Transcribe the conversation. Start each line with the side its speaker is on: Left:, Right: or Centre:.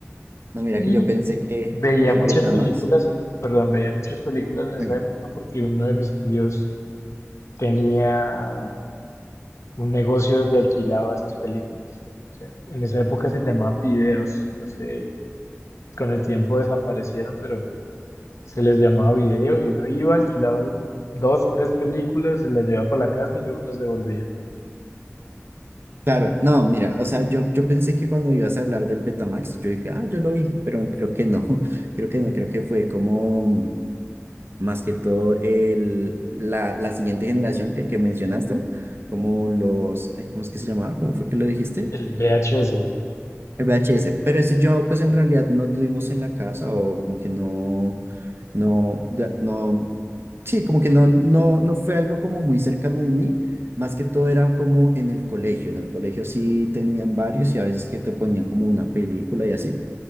Right: No, mira
Left: Y
Right: que yo pensé que
Left: veía
Right: el
Left: muchas
Right: Betamax.
Left: películas, perdón, veía muchas películas en esa
Right: Venga.
Left: época porque uno de mis tíos tenía un negocio donde alquilaba esas películas. O sea, en esa época se llamaban videos, no sé, con el tiempo desaparecieron, pero se les llamaba video y uno iba, alquilaba dos, tres películas, se las llevaba para la casa y luego las devolvía.
Right: Claro, no, mira, o sea, yo, yo pensé que cuando ibas a hablar del Betamax, yo dije, ah, yo lo vi, pero creo que no, <laughs> creo que no, creo que fue como mm, más que todo el, la, la siguiente generación que, que mencionaste, como los, eh, ¿cómo es que se llamaba? ¿Cómo fue que lo dijiste?
Left: El VHS,
Right: El VHS, pero ese yo pues en realidad no tuvimos en la casa o como que no, no, ya- no Sí, como que no, no, no fue algo como muy cercano en mí, más que todo era como en el colegio. En el colegio sí tenían varios y a veces que te ponían como una película y así.